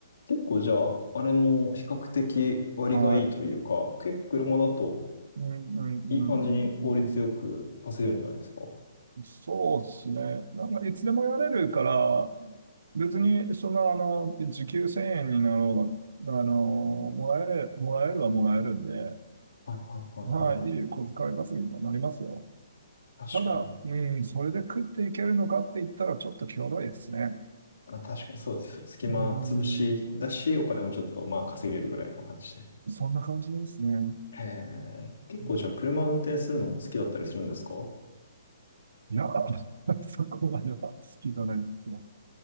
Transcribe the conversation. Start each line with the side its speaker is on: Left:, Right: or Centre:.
Left: 結構じゃあ、あれも比較的割がいいというか、
Right: は
Left: 結構車だと
Right: い。うん、うん、
Left: いい感じに効率よく稼げるんじゃないですかは
Right: うん、うん。うんそうですね。なんか、いつでもやれるから、別に、その、あの、時給1000円になろうが、あの、もらえる、もらえるはもらえるんで、
Left: いはいはいはい。
Right: まい、いい小遣い稼ぎにはなりますよ。
Left: 確かに。
Right: ただ、うん、それで食っていけるのかって言ったら、ちょっと際どいですね。
Left: あ、確かにそうです。隙間潰しだし、
Right: うん、
Left: お金もちょっとまあ稼げるぐらいの感じで。
Right: そんな感じですね。
Left: へえ。結構じゃあ車運転するのも好きだったりするんですか
Right: うんいや、<laughs> そこまでは好きじゃないですね。